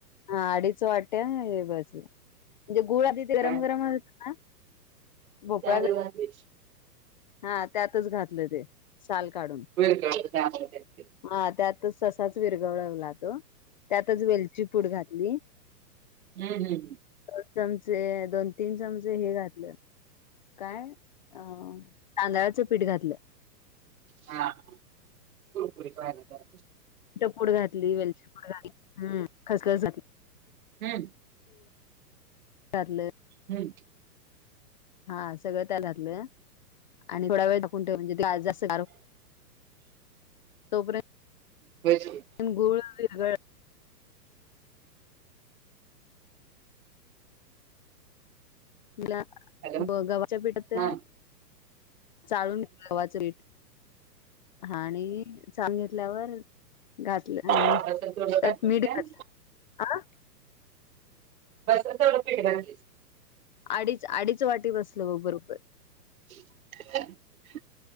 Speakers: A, on the left; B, on the right.
A: हा आडीच वाट्या हे बसल्या, म्हणजे गुळ आधी ते गरम
B: काय
A: गरम अस ना भोपळा
B: त्यागर वा <unintelligible>
A: हा त्यातच घातलं ते, साल काढून.
B: वळ त्या <unintelligible>
A: हा त्यातच तसाच विरगळवला तो. त्यातच वेलची पूड घातली.
B: हम् हम् ह
A: दोन चमचे दोन तीन चमचे हे घातलं काय अ तांदळाचं पीठ घातलं
B: हा हा पुरपुरी काय नाु
A: ड घातली वेलची पडली खसखस घातली
B: हम्म
A: ळलं <unintelligible>
B: हम.
A: हा सगळं त्या घातलं, आणि थोड वेळ म्हणजे जास् तोपर्यंत <unintelligible>
B: म्ह <unintelligible>
A: गोळ वगळ <unintelligible> तु
B: हॅलो
A: गव्हाच्या पीठात
B: हा
A: चालून घ गव्हाचं पीठ आणि चांगेतल्यावर घातलं
B: हा बसल तेवढं
A: त्यात
B: काय
A: मिडी घातलं ह
B: बसवडपीठली
A: अडीच अडीच वाटी बसलं ब बरोबर
B: ह